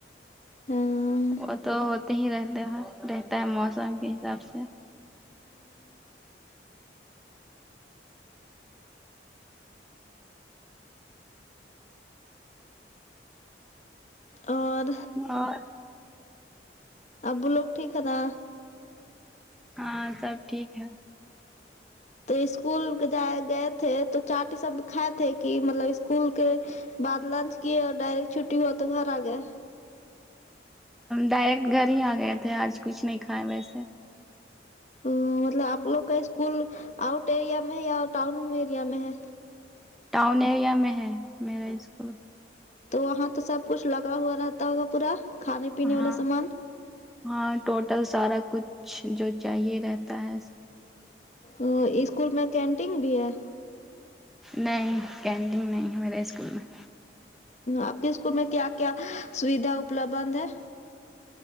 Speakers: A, on the left; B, in the centre.
A: ہاں
B: وہ تو ہوتے ہی رہتے ہیں رہتا ہے موسم کے حساب سے
A: اور
B: اور
A: ابو لوگ ٹھیک ہے نا
B: ہاں سب ٹھیک ہے
A: تو اسکول کے جائے تھے تو چاٹ سب کائے تھے کہ مطلب اسکول کے بعد لنچ کی اور ڈائریکٹ چھٹی ہوا تو گھر آ گئے
B: ڈائریکٹ گھر ہی آ گئے تھے آج کچھ نہیں کھائے ویسے
A: مطلب آپ لوگ کا اسکول آؤٹ ایریا میں ہے یا ٹؤن ایریا میں ہے
B: ٹاؤن ایریا میں ہے میرا اسکول
A: تو وہاں تو سب کچھ لگا ہوا رہتا ہوگا پورا کھانے پینے والا
B: ہاں
A: سامان
B: ہاں ٹوٹل سارا کچھ جو چاہیے رہتا ہے
A: ا اسکول میں کینٹین بھی ہے
B: نہیں کینٹینگ نہیں ہے میرے اسکول میں
A: آپ کے اسکول میں کیا کیا سویدھا اپلبھ ہے